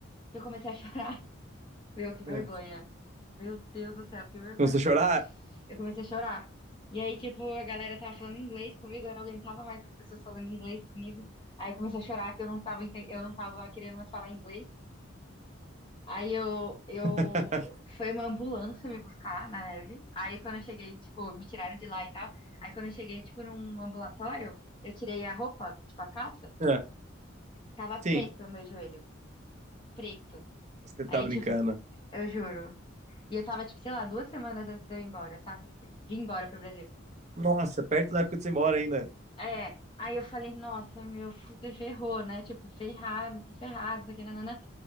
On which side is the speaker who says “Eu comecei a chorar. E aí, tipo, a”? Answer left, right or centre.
Left